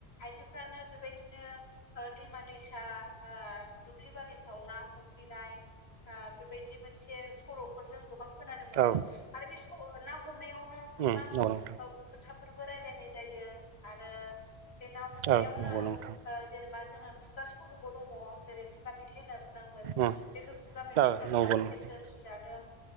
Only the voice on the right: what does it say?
औ
उम नंगौ नोंथां
औ नंगौ नोंथां
उम
औ नंगौ
नोंथां